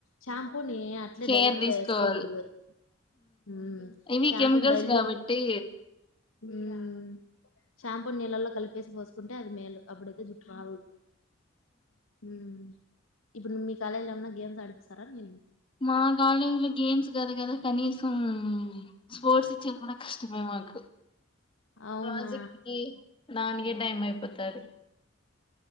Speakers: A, on the left; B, on the left.
A: షాంపూ ని అట్లే
B: కేర్
A: డైరెక్ట్గా
B: తీసుకోవాలి
A: వేసుకోకూడదు హ్మ్
B: ఇవి
A: షాంపూని
B: కెమికల్స్
A: డైల్యూ
B: కాబట్టి
A: హ్మ్ షాంపూ నీళ్ళల్లో కలిపేసి పోసుకుంటే అది మేలు అప్పుడేతే జుట్టురాల్దు హ్మ్ ఇప్పుడు ను మీ కాలేజ్ లో ఏమన్నా గేమ్స్ ఆడిపిస్తారా నిన్ను
B: మా కాలేజీ లో గేమ్స్ కాదు కదా కనీసం స్పోర్ట్స్ ఇచ్చేది కూడా కష్టమే మాకు
A: అవునా
B: రాజకికి నాన్ గే టైమైపోతది